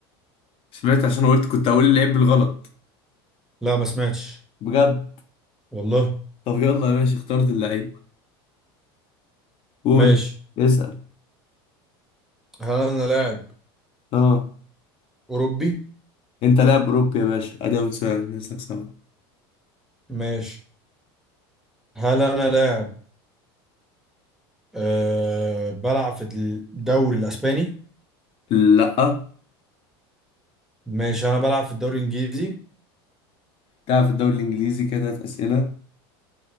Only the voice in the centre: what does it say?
لا ما سمعتش
والله
ماشي
هل انا لاعب
اوروبي
ماشي هل انا لاعب أه بلعب في الدوري الاسباني
ماشي انا بلعب في الدوري الانجليزي